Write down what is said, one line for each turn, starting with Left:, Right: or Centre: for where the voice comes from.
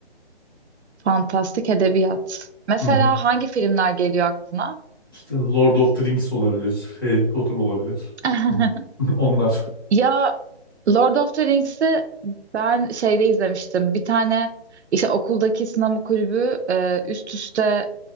Right: Fantastik edebiyat. Mesela
Left: Hı hı.
Right: hangi filmler geliyor aklına?
Left: İşte Lord of the Rings olabilir. Harry Potter olabilir.
Right: <laughs>
Left: On- <laughs> Onlar.
Right: Ya Lord of the Rings'i ben şeyde izlemiştim. Bir tane işte okuldaki sinema kulübü e, üst üste